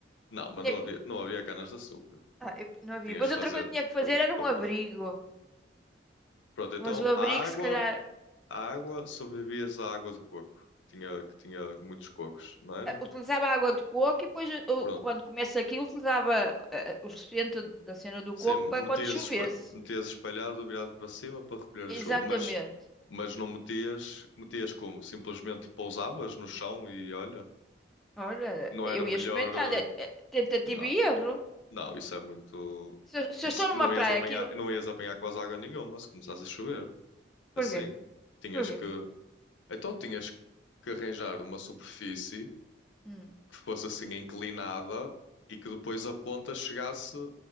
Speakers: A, on the left (about 85°); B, in the centre.
A: Não, mas
B: Tinha
A: não
B: que...
A: havia, não havia canas de açúcar.
B: ah, eu- não havia.
A: Tinhas
B: Pois
A: de fazer
B: outra coisa que tinha que fazer
A: de out-
B: era
A: com
B: um
A: outra.
B: abrigo.
A: f- Pronto, então
B: Mas o abrigo,
A: a água,
B: se calhar,
A: a água, sobrevivias à água de coco, que tinha, que tinha muitos cocos, não era?
B: eh, utilizava água de coco e depois, eh, eu,
A: Pronto.
B: quando começa aquilo, utilizava eh, eh, o suficiente da cena do
A: Sim,
B: coco para
A: metias,
B: quando chovesse.
A: espa- metias espalhado, virado para cima para recolher
B: Exatamente.
A: a chuva. Mas, mas não metias, metias como? Simplesmente pousavas no chão e olha,
B: Olha,
A: não
B: eu
A: era melhor.
B: ia experimentando.
A: eh,
B: É- é Tentativa
A: Não,
B: e erro.
A: Não, isso é muito.
B: Se eu, se
A: Isso,
B: eu estou numa
A: não
B: praia,
A: ias apanhar,
B: aquilo.
A: não ias apanhar quase água nenhuma se começasse a chover.
B: Porquê?
A: Assim. Tinhas
B: Porquê?
A: que. Então tinhas que arranjar uma superfície
B: Hum.
A: que fosse assim inclinada e que depois a ponta chegasse